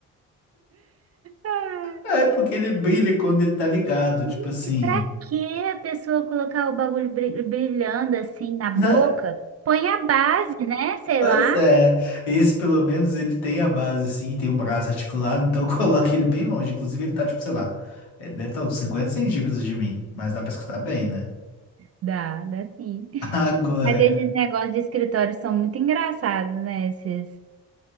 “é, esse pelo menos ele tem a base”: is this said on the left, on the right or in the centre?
Left